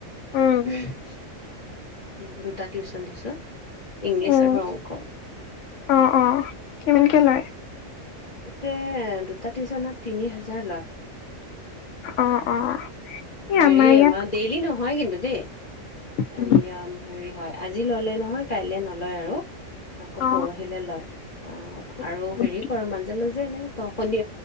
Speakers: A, on the left; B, on the left.
A: উম
B: উহু, দুটা টিউশন দিছোঁ। ইংলিছ
A: উম
B: আৰু অংক।
A: অ অ কিমানকে লয়?
B: তাতে দুটা টিউছনত তিনি হাজাৰ লয়।
A: অ অ। এই
B: হেৰি
A: ইয়াত
B: আমাৰ ডেইলি নহয় কিন্তু দেই।
A: উম,
B: এয়া হেৰি হয় আজি ললে নহয়, কাইলে নলয় আৰু। আকৌ
A: অ
B: পৰহিলে লয়, আহ
A: উম,
B: আৰু
A: উম,
B: হেৰি কৰে মাজে মাজে এনে শ -শনি